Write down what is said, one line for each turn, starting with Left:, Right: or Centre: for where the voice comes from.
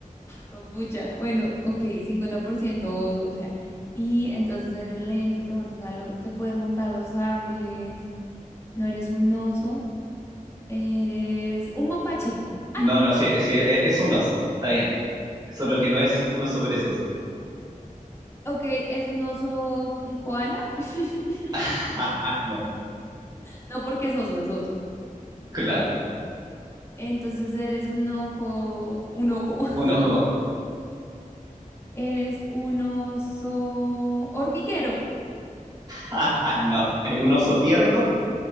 Left: Pucha, bueno, ok, 50% oso, o sea. Y entonces eres lento, te montas a los, te puedes montar a los árboles. No eres un oso, eres un mapache.
Right: No,
Left: Ah,
Right: no, sí, sí, e- es un oso, está bien. Solo que no es un oso perezoso.
Left: ok, es un oso, un koala. <laughs>
Right: <laughs> Ah, ah, no,
Left: No porque es oso, es oso.
Right: claro.
Left: Entonces eres un ojo, un ojo, <laughs>
Right: Un ojo. <laughs>
Left: eres un oso hormiguero.
Right: Ah, ah, no, es un oso tierno